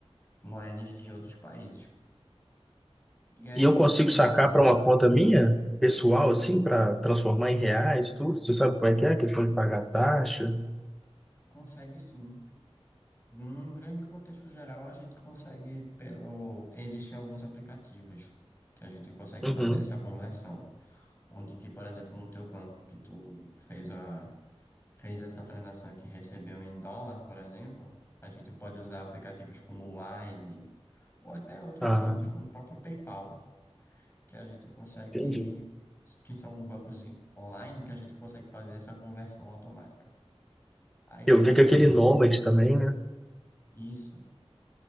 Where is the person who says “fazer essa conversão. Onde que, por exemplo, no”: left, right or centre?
Left